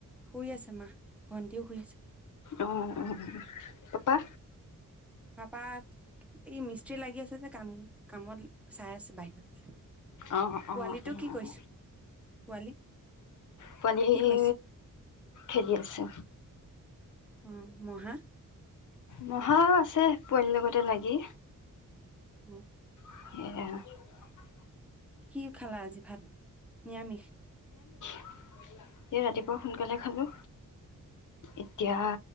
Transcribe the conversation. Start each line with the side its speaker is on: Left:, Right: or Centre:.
Centre: শুই আছে মা, ভণ্টিও শুই আছে।
Left: অ'- অ, ' পাপা?
Centre: পাপা ই মিস্ত্ৰী লাগি আছে যে, কাম কামত চাই আছে বাহিৰত।
Left: অ'- অ'-অ',
Centre: পোৱালিটো কি কৰিছে পোৱালি
Left: পোৱালি
Centre: কি কৰিছে?
Left: খেলি আছে।
Centre: ও, মহা?
Left: মহা আছে, পোৱালিৰ লগতে লাগি।
Centre: হু
Left: <unintelligible>
Centre: কি খালা আজি ভাত? নিৰামিষ।
Left: <inaudible> এ ৰাতিপুৱা
Centre: উম,
Left: সোনকালে খালো এতিয়া